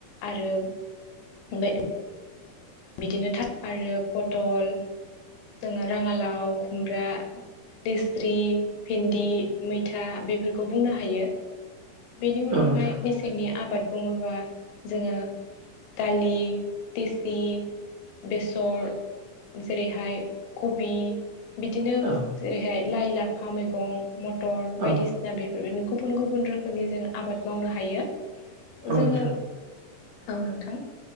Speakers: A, on the left; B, on the right.
A: आरो <inaudible> बिदिनो था आरो पटल जोङो राङालाव खुमब्रा लेस स्रि भेन्दि मैथा बेफोरखौ बुंनो हायो बेनि उनावहाय
B: औ नोंथां
A: मेसेंनि आबाद बुङोबा जोङो दालि देसि बेसर जेरैहाय कबि बिदिनो
B: औ
A: जेरैहाय लाइ लाफा मैगं मथर बायदिसिना
B: औ
A: बेफोरदिनो गुबुन गुबुन रोखोमनि जोङ आबाद मावनो हायो
B: औ
A: जोङो
B: नोंथां
A: औ नोंथां